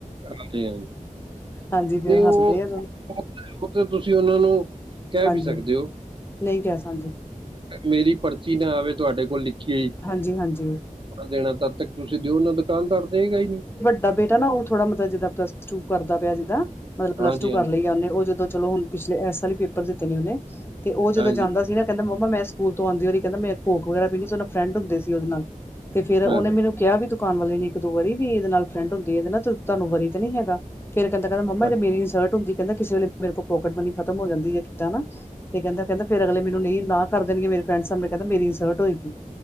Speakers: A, on the right (about 40°); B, on the left (about 15°).
A: ਅੱਛਾ
B: ਹਾਂਜੀ ਫੇਰ
A: ਨਹੀਂ ਉਹ
B: ਹੱਸਦੇ ਆ ਦੋਨੋ
A: ਤੁਸੀਂ ਉਹਨਾਂ ਨੂੰ ਕਹਿ
B: ਹਾਂਜੀ
A: ਵੀ ਸਕਦੇ ਓ
B: ਨਹੀਂ ਕਹਿ ਸਕਦੇ
A: ਮੇਰੀ ਪਰਚੀ ਨਾ ਆਵੇ ਤੁਹਾਡੇ ਕੋਲ ਲਿਖੀ ਹੋਈ
B: ਹਾਂਜੀ ਹਾਂਜੀ
A: ਦੇਣਾ ਤਦ ਤਕ ਤੁਸੀਂ ਦਿਓ ਨਾ ਦੁਕਾਨਦਾਰ ਦੇਏਗਾ ਈ ਨੀ
B: ਸਾਡਾ ਬੇਟਾ ਨਾ ਉਹ ਥੋੜਾ ਮਤਲਬ ਜਿੱਦ ਪਲਸ ਟੂ ਕਰਦਾ ਪਿਆ ਜਿੱਦ ਮਲ ਪਲੱਸ
A: ਹਾਂਜੀ
B: ਟੂ ਕਰ
A: ਹਾਂਜੀ
B: ਲਈ ਉਹਨੇ ਉਹ ਜਦ ਚਲੋ ਹੁਣ ਪਿਛਲੇ ਇਸ ਸਾਲ ਈ ਪੇਪਰ ਦਿੱਤੇ ਨੇ ਉਹਨੇ ਤੇ ਉਹ ਜਦੋਂ
A: ਹਾਂਜੀ
B: ਜਾਂਦਾ ਸੀ ਨਾ ਕਹਿੰਦਾ ਮੰਮਾ ਮੈਂ ਸਕੂਲ ਤੋਂ ਆਂਦੇ ਵਾਰੀ ਕਹਿੰਦਾ ਮੈਂ ਕੋਕ ਵਗੈਰਾ ਪੀਲੀ ਸੀ ਉਹ ਫਰੈਂਡ ਹੁੰਦੇ ਸੀ ਉਹਦੇ ਨਾਲ ਤੇ ਫ਼ਿਰ
A: ਹਾਂ
B: ਉਹਨੇ
A: ਹਾਂ
B: ਮੈਨੂੰ ਕਿਹਾ ਵੀ ਦੁਕਾਨ ਵਾਲੇ ਨੇ ਇੱਕ ਦੋ ਵਾਰੀ ਵੀ ਇਹਦੇ ਨਾਲ ਫਰੈਂਡ ਹੁੰਦੀ ਏ ਇਹਦੇ ਨਾ ਤੇ ਤੁਹਾਨੂੰ ਵਰੀ ਤਾਂ ਨੀ ਹੈਗਾ ਫੇਰ ਕਹਿੰਦਾ ਕਹਿੰਦਾ ਮੰਮਾ
A: ਹਾਂ
B: ਇਹ ਤਾਂ ਮੇਰੀ ਇਨਸਲਟ ਹੁੰਦੀ ਕਹਿੰਦੀ ਕਿਸੇ ਵੇਲੇ ਮੇਰੇ ਕੋਲ ਪੋਕਟ ਮਨੀ ਖਤਮ ਹੋ ਜਾਂਦੀ ਏ ਤੇ ਕਹਿੰਦਾ ਕਹਿੰਦਾ ਫੇਰ ਅਗਲੇ ਮੈਨੂੰ ਨਹੀਂ ਨਾ ਕਰ ਦੇਣਗੇ ਮੇਰੇ ਫਰੇਡ ਸਾਹਮਣੇ ਕਹਿੰਦੀ ਮੇਰੀ ਇਨਸਟ ਹੋਏਗੀ